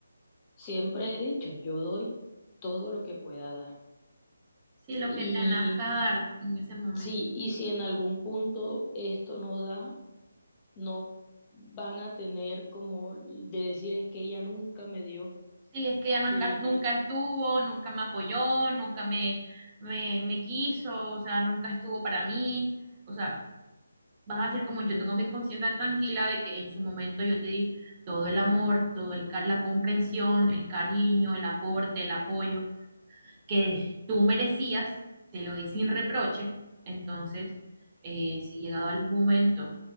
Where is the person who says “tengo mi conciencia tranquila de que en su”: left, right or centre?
Right